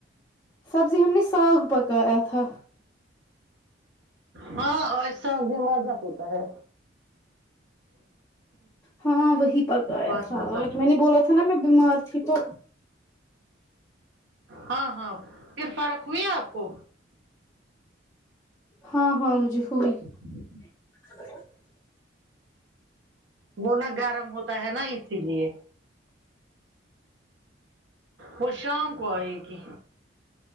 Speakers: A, on the left; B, on the right.
A: سبزی ہم نے ساگ پکایا تھا
B: ہاں ایسا بھی مزہ ہوتا ہے
A: ہاں وہی پکایا
B: بہت
A: تھا
B: مزہ
A: آج میں نے بولا نا میں بیمار تھی تو
B: ہاں ہاں پھر فارق ہوئی آپ کو
A: ہاں ہاں مجھے ہوئی
B: جی
A: ا <inaudible>
B: وہ نہ گرم ہوتا ہے نا اسی لیے وہ شام کو آئے گی